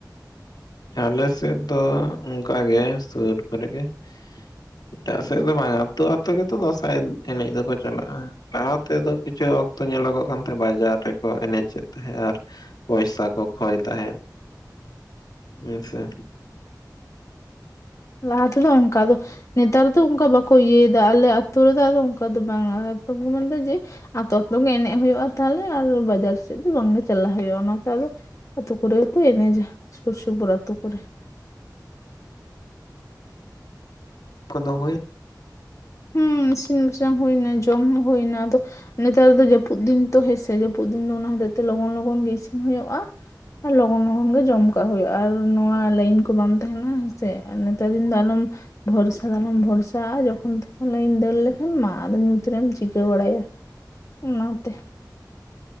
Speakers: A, on the left (about 65°); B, on the left (about 45°).
A: ᱟᱞᱮ ᱥᱮᱫ ᱫᱚ ᱚᱝᱠᱟ ᱜᱮ ᱥᱩᱨ ᱠᱚᱨᱮ ᱜᱮ ᱾ ᱮᱴᱟᱜ ᱥᱮᱫ ᱫᱚ ᱵᱟᱝ ᱟᱹᱛᱩ ᱟᱹᱛᱩ ᱜᱮ ᱛᱚ ᱫᱟᱸᱥᱟᱭ ᱮᱱᱮᱡ ᱫᱚᱠᱚ ᱪᱟᱞᱟᱜᱼᱟ ᱾ ᱞᱟᱦᱟ ᱛᱮᱫᱚ ᱠᱤᱪᱷᱩ ᱚᱠᱛᱚ ᱧᱮᱞᱚ ᱜᱚᱜ ᱠᱟᱱ ᱛᱟᱦᱮᱸᱫ ᱵᱟᱡᱟᱨ ᱨᱮᱠᱚ ᱮᱱᱮᱡᱮᱫ ᱛᱟᱦᱮᱸᱜ ᱟᱨᱼᱼ ᱯᱚᱭᱥᱟ ᱠᱚ ᱠᱷᱚᱭ ᱛᱟᱦᱮᱸᱫ᱾ ᱦᱩᱸ ᱥᱮ,
B: ᱞᱟᱦᱟ ᱛᱮᱫᱚ ᱚᱱᱠᱟ ᱟᱫᱚ ᱱᱮᱛᱟᱨ ᱫᱚ ᱚᱱᱠᱟ ᱵᱟᱠᱚ ᱤᱭᱟᱹᱭᱮᱫᱟ ᱟᱞᱮ ᱟᱹᱛᱩ ᱨᱮᱫᱚ ᱟᱫᱚ ᱚᱱᱠᱟ ᱫᱚ ᱵᱟᱝ-ᱟ ᱟᱞᱮ ᱟᱛᱩ ᱢᱟᱱᱮ ᱡᱮ ᱟᱛᱚ ᱠᱚᱨᱮ ᱜᱮ ᱮᱱᱮᱡ ᱦᱩᱭᱩᱜᱼᱟ ᱛᱟᱦᱚᱞᱮ ᱟᱨ ᱵᱟᱡᱟᱨ ᱥᱮᱫ ᱫᱚ ᱵᱟᱝᱜᱮ ᱪᱟᱞᱟᱜ ᱦᱩᱭᱩᱜᱼᱟ ᱚᱱᱟᱛᱮ ᱟᱫᱚ ᱟᱛᱩ ᱠᱚᱨᱮ ᱜᱮᱠᱚ ᱮᱱᱮᱡᱟ ᱥᱩᱨ ᱥᱩᱯᱩᱨ ᱟᱛᱩ ᱠᱚᱨᱮ᱾
A: ᱠᱚᱫᱚ ᱦᱳᱭ
B: ᱦᱩᱸ ᱤᱥᱤᱱ ᱵᱟᱥᱟᱝ ᱦᱩᱭᱱᱟ ᱡᱚᱢ ᱦᱚᱸ ᱦᱩᱭᱱᱟ ᱟᱫᱚ ᱱᱮᱛᱟᱨ ᱫᱚ ᱡᱟᱹᱯᱩᱫ ᱫᱤᱱ ᱛᱚ ᱦᱮᱸᱥᱮ ᱡᱟᱹᱯᱩᱫ ᱫᱤᱱ ᱫᱚ ᱚᱱᱟ ᱦᱚᱛᱮ ᱛᱮ ᱞᱚᱜᱚᱱ ᱞᱚᱜᱚᱱ ᱜᱮ ᱤᱥᱤᱱ ᱦᱩᱭᱩᱜᱼᱟ᱾ ᱞᱚᱜᱚᱱ ᱞᱚᱜᱚᱱ ᱜᱮ ᱡᱚᱢ ᱠᱟᱜ ᱦᱩᱭᱩᱜᱼᱟ ᱟᱨ ᱱᱚᱣᱟ ᱞᱟᱹᱭᱤᱱ ᱠᱚ ᱵᱟᱝ ᱛᱟᱦᱮᱸᱱᱟ ᱦᱮᱸᱥᱮ ᱾ᱱᱮᱛᱟᱨ ᱫᱤᱱ ᱫᱚ ᱟᱞᱚᱢ ᱵᱷᱚᱨᱥᱟ ᱫᱚ ᱟᱞᱚᱢ ᱵᱷᱚᱨᱥᱟᱜ-ᱟ ᱡᱚᱠᱷᱚᱱ ᱛᱚ ᱞᱟᱹᱭᱤᱱ ᱫᱟᱹᱲ ᱞᱮᱠᱷᱟᱱ ᱢᱟ ᱟᱫᱚ ᱧᱩᱛ ᱨᱮᱢ ᱪᱤᱠᱟᱹ ᱵᱟᱲᱟᱭᱟ <inaudible> ᱚᱱᱟᱛᱮ